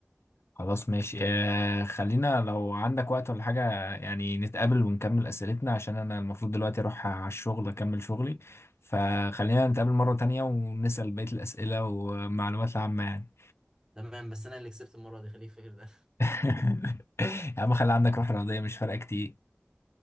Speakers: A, on the left; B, on the right.
A: خلاص ماشي آه خلينا لو عندك وقت ولا حاجة يعني نتقابل ونكمل أسئلتنا عشان أنا المفروض دلوقتي أروح على الشغل أكمل شغلي فخلينا نتقابل مرة تانية ونسأل بقية الأسئلة والمعلومات العامة يعني
B: تمام بس انا اللي كسبت المره دي خليك فاكر ده
A: <laughs> يا عم خلي عندك روح رياضية مش فارقة كتير